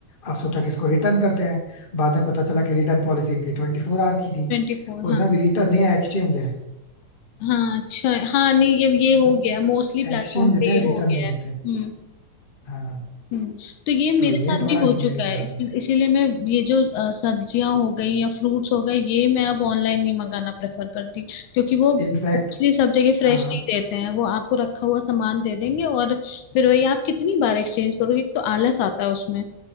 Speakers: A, on the left; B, on the left.
A: अब सोचा कि इसको रिटर्न करते हैं बाद में पता चला कि रिटर्न पॉलिसी इनकी ट्वेंटी फोर आवर की थी
B: ट्वेंटी फोर हाँ
A: उसमें भी रिटर्न नहीं है एक्सचेंज है
B: हाँ अच्छा हाँ नहीं ये ये
A: ये सब
B: हो
A: चीज
B: गया मोस्टली प्लेटफॉर्म
A: एक्सचेंज देते
B: पे
A: हैं
B: ये
A: रिटर्न
B: हो गया
A: नहीं
B: है
A: देते
B: हम्म
A: हाँ
B: हम्म तो ये मेरे
A: तो ये
B: साथ
A: थोड़ा
B: भी हो
A: डिमेरिट
B: चुका है
A: लगा
B: इस,
A: मुझे
B: इसीलिए मैं ये जो अ, सब्जियां हो गई या फ्रूट्स हो गए ये मैं अब ऑनलाइन नहीं मंगाना प्रेफर करती क्योंकि वो
A: इनफैक्ट
B: मोस्टली सब जगह फ्रेश
A: हाँ
B: नहीं देते हैं वो आपको रखा हुआ सामान दे देंगे और फिर वही आप कितनी बार एक्सचेंज करोगे एक तो आलस आता है उसमें